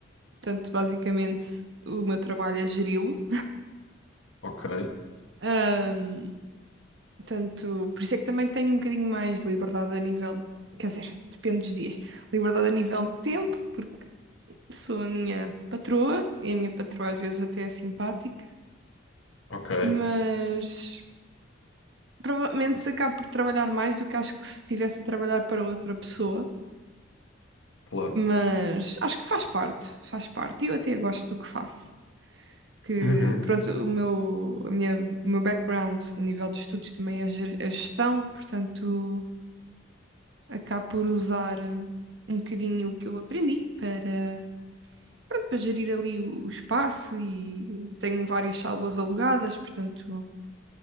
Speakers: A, on the right (about 60°); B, on the left (about 80°).
A: portanto, basicamente o meu trabalho é geri-lo.
B: Ok,
A: Ahm, portanto, por isso é que também tenho um bocadinho mais liberdade a nível, quer dizer, depende dos dias, liberdade a nível de tempo, porque sou a minha patroa e a minha patroa às vezes até é simpática,
B: ok,
A: mas provavelmente acabo por trabalhar mais do que acho que se estivesse a trabalhar para outra pessoa.
B: claro.
A: Mas acho que faz parte, faz parte. E eu até gosto do que faço. que
B: Uhum,
A: pronto, o meu, a minha, o meu background a nível de estudos também é ger- é gestão, portanto, acabo por usar eh, um bocadinho o que eu aprendi para, pronto, para gerir ali o, o espaço e tenho várias salas alugadas, portanto,